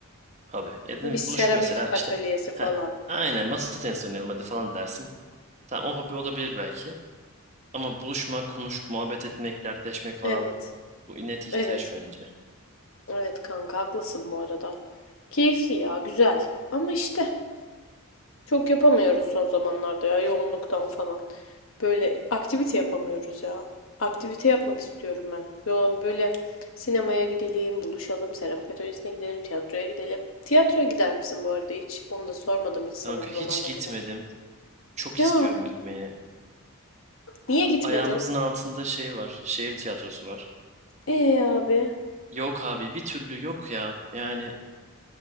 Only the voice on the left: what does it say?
bir seramik
atölyesi
falan.
Evet.
Evet.
Evet kanka haklısın bu arada. Keyifli ya güzel. Ama işte. Çok yapamıyoruz son zamanlarda ya yoğunluktan falan. Böyle aktivite yapamıyoruz ya. Aktivite yapmak istiyorum ben. Yoğun böyle sinemaya gidelim, buluşalım, seramik atölyesine gidelim, tiyatroya gidelim. Tiyatroya gider misin bu arada hiç? Onu da sormadım hiç sana
bu
zamana
kadar.
Ya
niye gitmedin?
Ee abi.